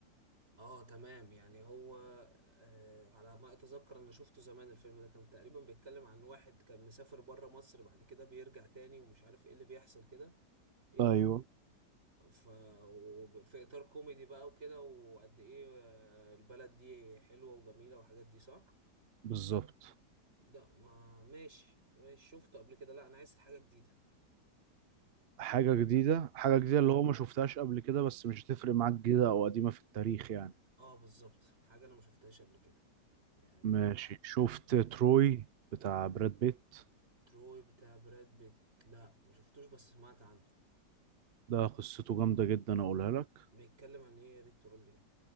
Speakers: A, on the right (about 40°); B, on the right (about 65°).
A: آه تمام يعني هو آه على ما أتذكر أنا شفته زمان الفيلم ده كان تقريبا بيتكلم عن واحد كان مسافر بره مصر بعد كده بيرجع تاني ومش عارف إيه اللي بيحصل كده إيه اللي
B: ايوه
A: ف... وب- في إطار كوميدي بقى وكده وقد إيه آه، البلد دي حلوة وجميلة والحاجات دي صح؟
B: بالظبط
A: لا ما ماشي ماشي شفته قبل كده لا أنا عايز حاجة جديدة
B: حاجه جديده حاجه
A: اه
B: جديده اللي هو ما شفتهاش قبل كده بس مش هتفرق معاك جديده او قديمه في التاريخ يعني
A: اه بالظبط حاجة أنا ما شفتهاش قبل كده يعني
B: ماشي شفت تروي بتاع براد بيت
A: تروي بتاع براد بيت لا ما شفتوش بس سمعت عنه
B: ده قصته جامده جدا اقولها لك
A: بيتكلم عن إيه يا ريت تقول لي يعني